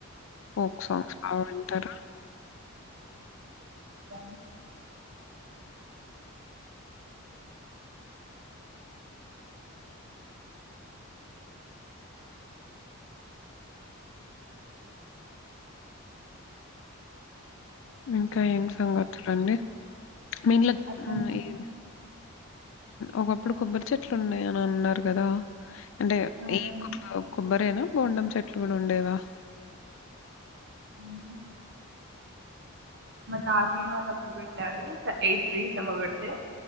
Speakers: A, on the left; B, on the right.
A: ఫోక్ సాంగ్స్ బాగ వింటారా
B: అ
A: ఇంకా ఏం సంగతులండి మెయిన్ల
B: అర్థం
A: హ్మ్ ఏది ఒకప్పుడు కొబ్బరి చెట్లు ఉన్నాయని అన్నారు కదా అంటే
B: అవునండి
A: ఏ కొబ్బ కొబ్బరేనా బోండం చెట్లు కూడా ఉండేవా
B: అవును మా తాతయ వాళ్ళు అప్పుడు పెట్టారు ఎయిట్ ట్రీస్ ఏమో పెడితే